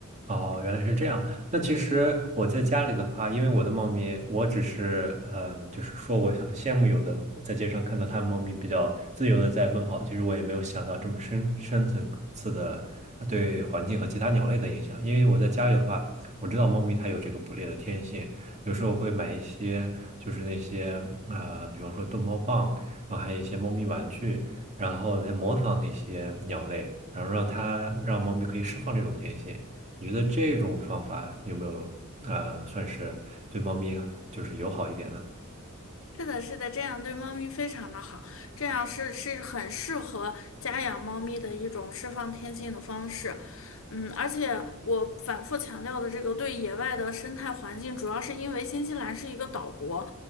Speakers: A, on the right; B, on the left.
A: 哦，原来是这样。那其实我在家里的话，因为我的猫咪，我只是嗯，就是说我很羡慕有的在街上看到它们猫咪比较自由的在奔跑，其实我也没有想到这么深深层次的呃对环境和其他鸟类的影响。因为我在家里的话，我知道猫咪它有这个捕猎的天性，有时候我会买一些就是那些呃，比方说逗猫棒，然后还有一些猫咪玩具，然后来模仿那些鸟类，然后让它让猫咪可以释放这种天性。你觉得这种方法有没有呃，算是对猫咪就是友好一点呢？
B: 是的，是的，这样对猫咪非常的好，这样是是很适合家养猫咪的一种释放天性的方式。嗯，而且我反复强调的这个对野外的生态环境，主要是因为新西兰是一个岛国，